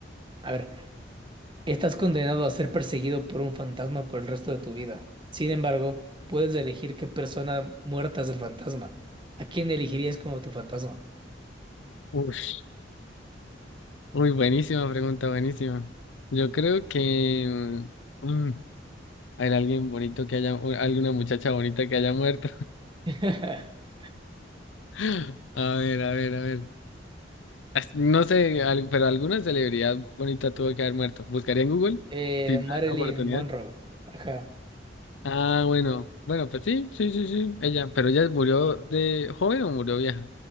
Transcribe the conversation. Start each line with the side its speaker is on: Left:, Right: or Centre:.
Right: A ver. Estás condenado a ser perseguido por un fantasma por el resto de tu vida. Sin embargo, puedes elegir qué persona muerta es el fantasma. ¿A quién elegirías como tu fantasma?
Left: Ush. Uy, buenísima pregunta, buenísima. Yo creo que mm, hay alguien bonito que haya, o alguna muchacha bonita que haya muerto.
Right: <laughs>
Left: <laughs> A ver, a ver, a ver. As- No sé, al- pero alguna celebridad bonita tuvo que haber muerto. Buscaría en Google
Right: Eh,
Left: si me
Right: Marilyn
Left: dan la oportunidad.
Right: Monroe. Ajá.
Left: Ah, bueno, bueno, pues sí, sí, sí, sí, ella, pero ella murió de joven o murió vieja.